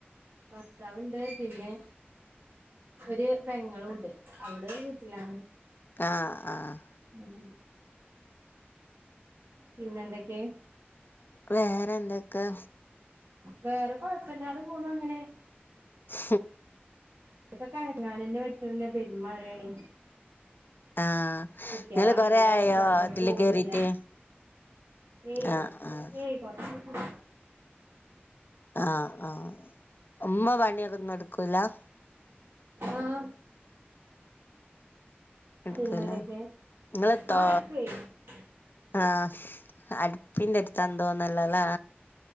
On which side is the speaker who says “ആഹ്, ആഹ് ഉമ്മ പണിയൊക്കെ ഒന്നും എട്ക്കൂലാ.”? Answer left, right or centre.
Left